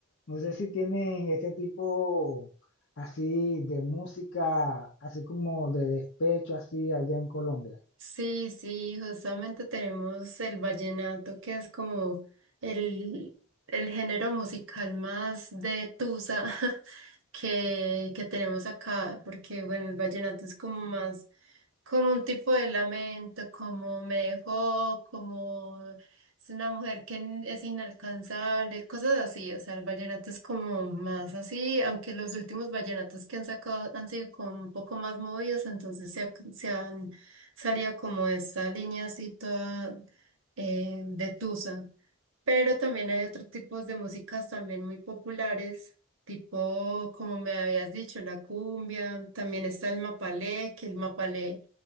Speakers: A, on the left; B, on the right.
A: No sé si tienen este tipo así de música, así como de despecho, así allá en Colombia.
B: Sí, sí, justamente tenemos el vallenato, que es como el, el género musical más de tusa <laughs> que, que tenemos acá, porque bueno, el vallenato es como más, como un tipo de lamento, como me dejó, como es una mujer que n- es inalcanzable, cosas así, o sea, el vallenato es como más así, aunque los últimos vallenatos que han sacado han sido como un poco más movidos, entonces se, ha- se han salía como esta línea así toda eh, de tusa. Pero también hay otros tipos de músicas también muy populares, tipo, como me habías dicho, la cumbia, también está el mapalé, que el mapalé